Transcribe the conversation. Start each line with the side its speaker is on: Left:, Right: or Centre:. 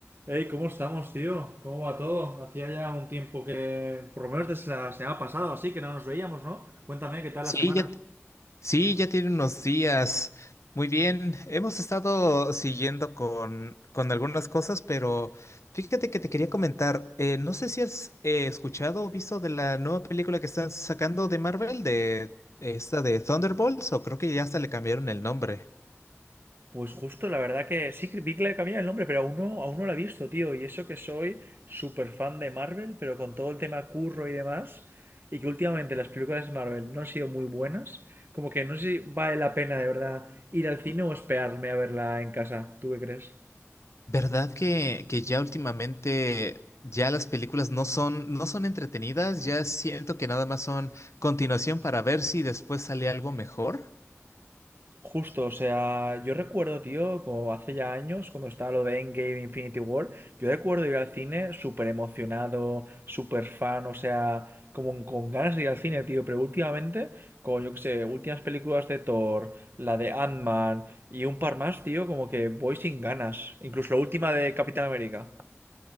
Right: Hey, ¿cómo estamos, tío? ¿Cómo va todo? Hacía ya un tiempo que, por lo menos desde la semana pasada, así que no nos veíamos, ¿no? Cuéntame, ¿qué tal
Left: Sí,
Right: la semana?
Left: ya, t- sí, ya tiene unos días. Muy bien, hemos estado siguiendo con, con algunas cosas, pero fíjate que te quería comentar, eh, no sé si has eh, escuchado o visto de la nueva película que están sacando de Marvel, de esta de Thunderbolts, o creo que ya hasta le cambiaron el nombre.
Right: Pues justo, la verdad que sí que vi que le cambiaba el nombre, pero aún no, aún no lo he visto, tío. Y eso que soy súper fan de Marvel, pero con todo el tema curro y demás, y que últimamente las películas de Marvel no han sido muy buenas, como que no sé si vale la pena de verdad ir al cine o esperarme a verla en casa. ¿Tú qué crees?
Left: ¿Verdad que, que ya últimamente ya las películas no son, no son entretenidas? Ya siento que nada más son continuación para ver si después sale algo mejor.
Right: Justo, o sea, yo recuerdo, tío, como hace ya años, cuando estaba lo de Endgame Infinity War, yo recuerdo ir al cine súper emocionado, súper fan, o sea, como con ganas de ir al cine, tío, pero últimamente, con, yo qué sé, últimas películas de Thor, la de Ant-Man y un par más, tío, como que voy sin ganas, incluso la última de Capitán América.